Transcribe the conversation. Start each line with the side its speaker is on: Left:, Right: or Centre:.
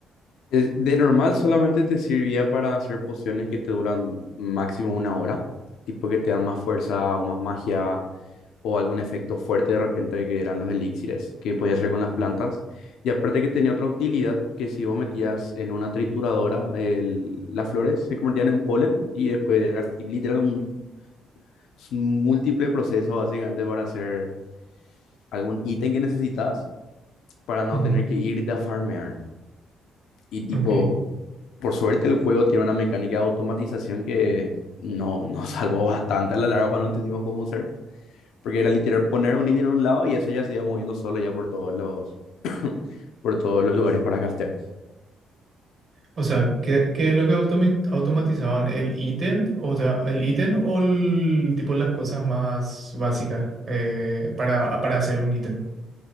Left: Es- De normal solamente te servía para hacer pociones que te duran máximo una hora, tipo que te dan más fuerza o más magia o algún efecto fuerte de repente que eran los elixires que podías hacer con las plantas. Y aparte que tenía otra utilidad, que si vos metías en una trituradora el- las flores se convertían en polen y después era ti- literal un, s- múltiple proceso básicamente para hacer algún ítem que necesitas para no
Right: Ujú,
Left: tener que irte a farmear. Y tipo...
Right: Ok.
Left: Por suerte el juego tiene una mecánica de automatización que no, nos <laughs> salvó bastante a la larga cuando entendimos cómo usar, porque era literal poner un ítem en un lado y eso ya se iba moviendo solo ya por todos los, por todos los lugares para craftear.
Right: O sea, ¿qué, qué es lo que automi- automatizaban? ¿El ítem? O sea, ¿el ítem o el tipo las cosas más básicas eh, para, para hacer un ítem?